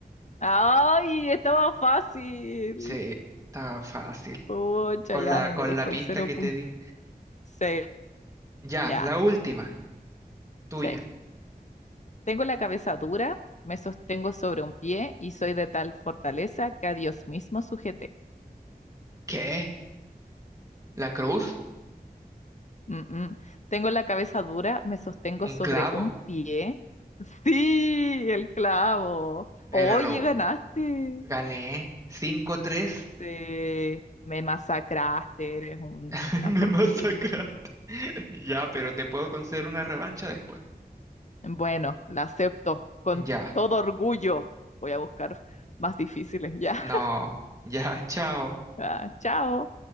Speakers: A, on the left; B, on the right.
A: ¡Ay! Estaba fácil.
B: Sí, está fácil.
A: Pucha,
B: Con
A: ya
B: la,
A: me
B: con
A: merezco
B: la pista
A: el cero
B: que
A: punto.
B: te di.
A: Sí,
B: Ya,
A: ya,
B: la última, tuya.
A: sí. Tengo la cabeza dura, me sostengo sobre un pie y soy de tal fortaleza que a Dios mismo sujeté.
B: ¿Qué? ¿La cruz?
A: Mm, mm. Tengo la cabeza dura, me sostengo
B: ¿Un
A: sobre
B: clavo?
A: un pie. <laughs> Sí, el clavo.
B: Era
A: Oye,
B: lo
A: ganaste.
B: Gané cinco tres,
A: Sí, me masacraste, eres una
B: <laughs> Me
A: porquería.
B: masacraste. <laughs> Ya, pero te puedo conceder una revancha después.
A: Bueno, la acepto con
B: Ya,
A: todo orgullo. Voy a buscar más difíciles ya. <laughs>
B: no, ya, <laughs> chao.
A: Ah, chao.